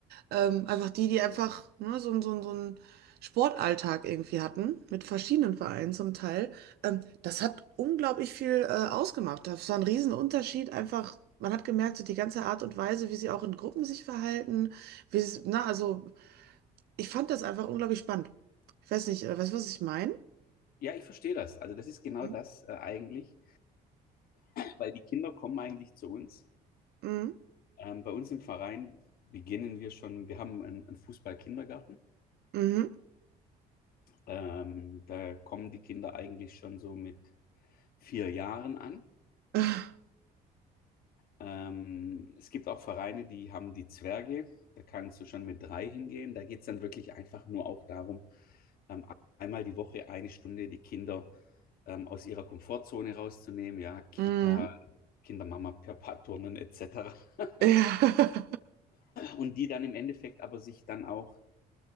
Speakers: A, on the right; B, on the left.
A: ähm, einfach die, die einfach ne, so, ein- so, ein- so einen Sportalltag irgendwie hatten, mit verschiedenen Vereinen zum Teil, ähm, das hat unglaublich viel äh, ausgemacht. Das war ein Riesenunterschied, einfach, man hat gemerkt, so die ganze Art und Weise, wie sie auch in Gruppen sich verhalten, wie sie, na, also ich fand das einfach unglaublich spannend. Ich weiß nicht, äh, weißt du, was ich meine?
B: ja, ich verstehe das. Also das ist genau
A: Hm?
B: das äh, eigentlich, weil die Kinder kommen eigentlich zu uns.
A: Mhm.
B: Ähm, bei uns im Verein beginnen wir schon, wir haben einen, einen Fußball-Kindergarten.
A: Mhm.
B: Ähm, da kommen die Kinder eigentlich schon so mit vier Jahren an.
A: <laughs>
B: Ähm, es gibt auch Vereine, die haben die Zwerge. Da kannst du schon mit drei hingehen. Da geht es dann wirklich einfach nur auch darum, ähm, einmal die Woche eine Stunde die Kinder ähm, aus ihrer Komfortzone rauszunehmen. Ja, Kita,
A: Mhm.
B: Kindermama, Papa, Turnen etc. <laughs>
A: Ja. <laughs>
B: Und die dann im Endeffekt aber sich dann auch